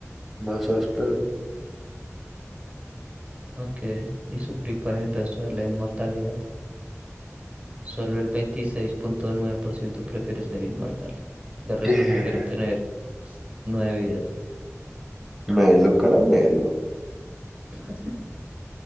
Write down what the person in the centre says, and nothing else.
Más áspero.
Eh,
Melo, caramelo,